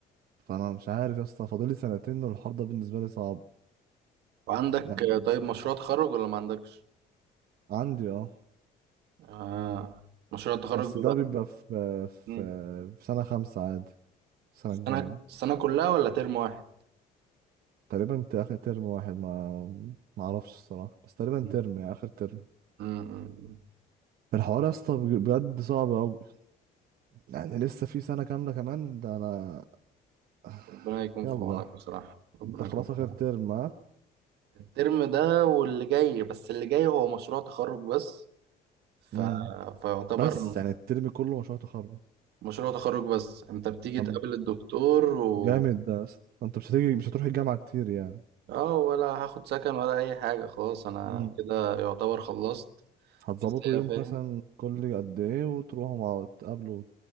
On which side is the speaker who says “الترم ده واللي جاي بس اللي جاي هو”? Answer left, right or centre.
Right